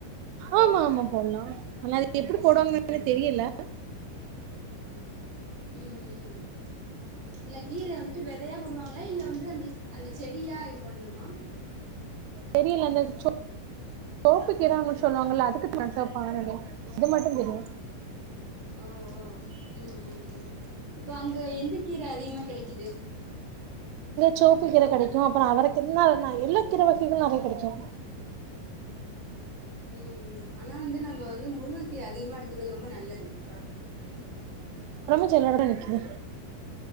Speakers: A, on the right; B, on the right.
A: ஆமாமா போல்லா ஆனா அது எப்பிடி போடுவாங்கனு <inaudible> தெரியல்ல
B: ம் ம் இல்ல கீரைய வந்துட்டு வெதையா போடுவாங்களா இல்ல வந்து அந்தச் அந்த செடியா இது பண்ணுமா
A: தெரியல அந்த சோ <unintelligible> ப்புக்கீர அன்மா சொல்லுவாங்கல்ல <unintelligible> அது மட்டுந் தெரியு
B: ஓ ஓ ம் ம் ம் இப்ப அங்க எந்த கீர அதிகமா கெடைக்கிது
A: செவுப்பு கீர கெடைக்கு அப்புறோ அவரகி இன்னா வேண்ணா எல்லா கீர வகைகளு நறைய கெடைக்கு
B: ம் ம் ம் ஆனா வந்து நம்ப வந்து முருங்க கீர அதிகமா எடுத்துக்கறது ரொம்ப நல்லது ஒடம்புக்கு
A: ச்சு எல்லோரோட நிக்கிது